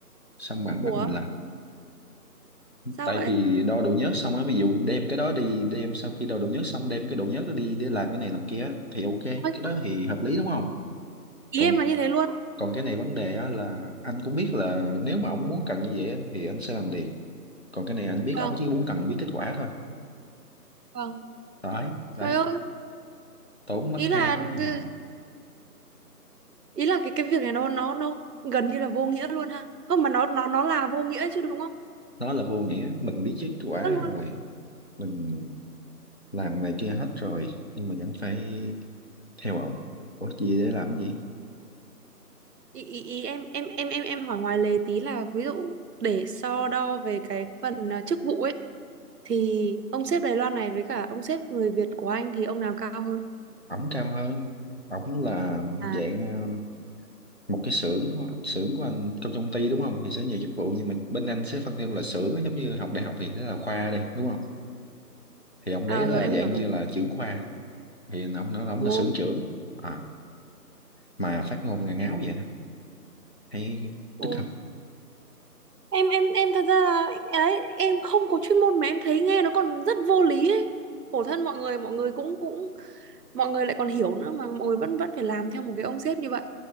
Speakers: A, on the left; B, on the right.
A: xong bản
B: Ủa
A: bắt mình làm
B: sao
A: tại
B: vậy
A: vì đo độ nhớt xong á ví dụ đem cái đó đi đem sau khi đo độ nhớt xong đem cái độ nhớt đó đi để làm cái này làm kia á, thì ok cái
B: Ôi,
A: đó thì hợp lý đúng không
B: ý
A: còn
B: em là như thế luôn
A: còn cái này vấn đề á là anh cũng biết là nếu mà ông muốn cần như vậy á, thì anh sẽ làm liền còn cái này anh biết
B: vâng
A: ông chỉ muốn cần biết kết quả thôi
B: vâng
A: đấy đấy
B: trời ơi
A: tốn mất
B: ý
A: hai
B: là
A: tiếng đồng
B: ừ,
A: hồ
B: ý là cái cái việc này nó nó nó gần như là vô nghĩa luôn ha không mà nó nó nó là vô nghĩa chứ đúng không
A: nó là vô nghĩa mình biết kết quả
B: nó luôn
A: rồi mình làm này kia hết rồi nhưng mà vẫn phải theo ổng ủa gì để làm cái gì
B: ý, ý, ý em em em em em hỏi ngoài lề tí là ví dụ để so đo về cái phần à, chức vụ ấy thì ông sếp Đài Loan này với cả ông sếp người Việt của anh thì ông nào cao hơn?
A: ổng cao hơn ổng là
B: À,
A: dạng ờ, một cái xưởng của- xưởng của anh trong công ty đúng không thì sẽ nhiều chức vụ nhưng mà bên anh sẽ phân theo là xưởng á, giống như học đại học thì sẽ là khoa đi đúng không thì ông đấy
B: à
A: là
B: rồi em
A: dạng
B: hiểu rồi.
A: như là trưởng khoa thì ông nói ông
B: Ồ,
A: là xưởng trưởng à, mà phát ngôn ngà ngáo vậy đó hay
B: ồ.
A: tức không
B: Em em em thật ra là ấy, em không có chuyên môn mà em thấy nghe nó còn rất vô lý ấy. Khổ thân mọi người, mọi người cũng cũng mọi người lại còn hiểu nữa mà mọi người vẫn vẫn phải làm theo một cái ông sếp như vậy.